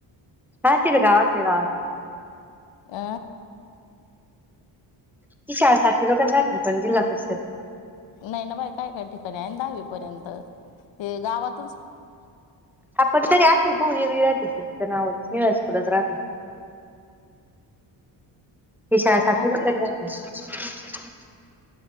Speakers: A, in the centre; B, on the left (about 80°).
A: घालतील गावातले गावात.
B: आ
A: ती शाळा सातवी लोकच <unintelligible> राहतील पण जिल्हा परिषद.
B: नाही ना बाई, काय काय ठिकाणी आहे, ना दहावीपर्यंत ते गावात.
A: आपण तरी आवी बऊ विराजीची तर नावच नि <unintelligible> कुठच राहतात. विषयासाठी
B: हा
A: <unintelligible>
B: ना